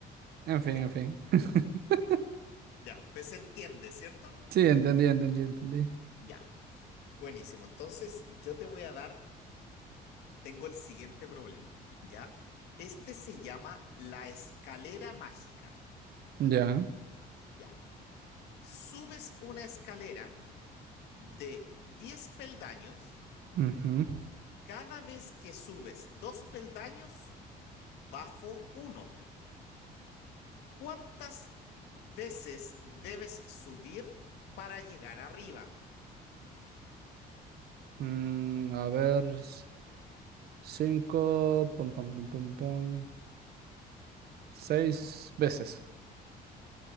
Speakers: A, on the right (about 70°); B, on the left (about 80°).
A: en
B: Ya,
A: fin, en fin. <laughs>
B: Ya, pues se entiende, ¿cierto?
A: Sí, entendí, entendí, entendí.
B: Ya. Buenísimo. Entonces, yo te voy a dar, tengo el siguiente problema, ¿ya? Este se llama la escalera mágica,
A: Ya.
B: ¿ya? Subes una escalera de 10 peldaños,
A: ujú.
B: cada vez que subes dos peldaños, bajo uno. ¿Cuántas veces debes subir para llegar arriba?
A: Mm, a ver, s- cinco, pum, pum, pum, pum, pum, seis veces.